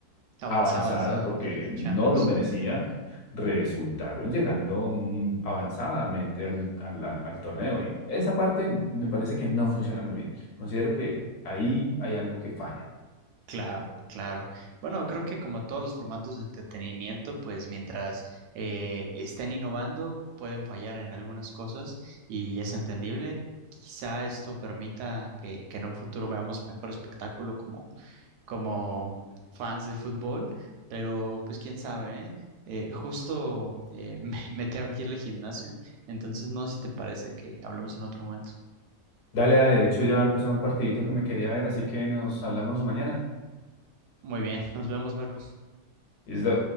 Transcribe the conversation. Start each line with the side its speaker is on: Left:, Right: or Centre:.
Right: avanzadas,
Left: avanzadas
Right: ¿no?
Left: porque
Right: De, de
Left: no
Right: Champions.
Left: lo merecía, resultaron llegando mm, avanzadamente al, al- al- al torneo. Y esa parte me parece que no funciona muy bien. Considero que ahí hay algo que falla.
Right: Claro, claro. Bueno, creo que como todos los formatos de entretenimiento, pues mientras eh, estén innovando, pueden fallar en algunas cosas y es entendible. Quizá esto permita que, que en un futuro veamos mejor espectáculo como, como fans de fútbol, pero pues quién sabe, ¿eh? Eh, justo eh, <laughs> me, me tengo que ir al gimnasio, entonces no sé si te parece que hablemos en otro momento.
Left: Dale, dale, de hecho ya empezó un partidito que me quería ver, así que nos hablamos mañana.
Right: Muy bien, nos vemos, Marco.
Left: ¿Listo?